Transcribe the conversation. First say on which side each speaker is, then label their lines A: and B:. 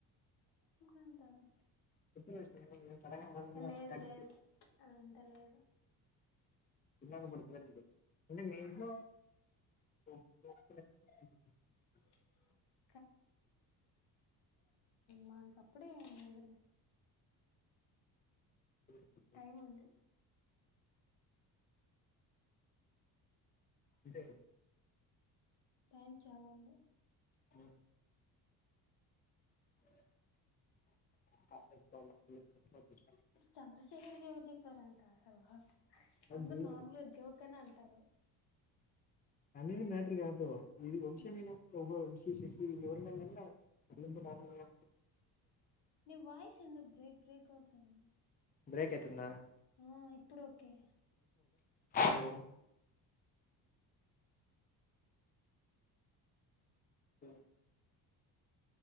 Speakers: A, on the left; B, on the left.
A: ఉంటావా
B: <inaudible>
A: లేదు
B: టాక్స్
A: లేదు అదంత లేదు
B: చిన్న <unintelligible> <inaudible> అంటే మీ ఇంట్లో <inaudible>
A: <unintelligible> మన్క్ అప్పుడే ఏం లేదులే
B: <inaudible>
A: టైం ఉంది.
B: అంతేగా
A: టైమ్ చాలా ఉంది
B: అవును <unintelligible>
A: చంద్రశేఖర్ ఎవరు చెప్పారంట అసలు అందరు
B: దూరం
A: నార్మల్ జోకుగానే అనుకున్నారు అంటారు
B: అనేది మ్యాటర్ కాదు ఇది వంశీ
A: ఆ
B: అన్న ఎన్సిసి లో ఎవరైనా ఎవరైనా ఉన్నారా
A: నీ వాయిస్ ఎందుకు బ్రేక్ బ్రేక్ వస్తుంది
B: బ్రేక్ అయితాందా
A: ఆ ఇప్పుడు ఒకే
B: లేదమ సరే